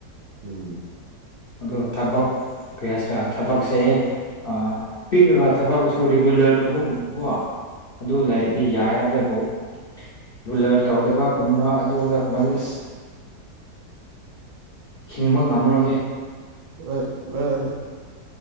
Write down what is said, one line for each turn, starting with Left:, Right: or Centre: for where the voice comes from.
Right: ꯎꯝ꯫
Left: ꯑꯗꯨꯒ ꯊꯕꯛ ꯀ ꯍꯥꯏꯁꯤꯔꯥ ꯊꯕꯛꯁꯦ ꯑ ꯄꯤꯛꯔꯤꯕ ꯊꯕꯛꯁꯨ ꯔꯤꯒꯨꯂꯔ ꯇꯧꯕꯒꯨꯝꯕꯀꯣ꯫ ꯑꯗꯨ ꯂꯩꯔꯗꯤ
Right: ꯎꯝ
Left: ꯌꯥꯏ ꯑꯗꯨꯕꯨ ꯔꯤꯒꯨꯂꯔ ꯇꯧꯗꯕ ꯀꯨꯝꯕ ꯑꯗꯨꯗ ꯀꯨꯝꯕꯗꯤ ꯑꯁ ꯍꯤꯡꯕ ꯉꯝꯃꯔꯣꯍꯦ꯫
Right: ꯍꯣꯏ ꯃꯥꯅꯦ꯫